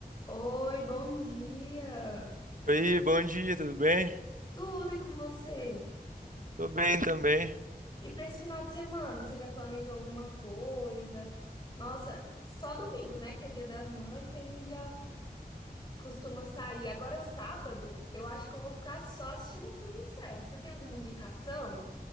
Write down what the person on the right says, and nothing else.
Oi, bom dia, tudo bem?
Tô bem também.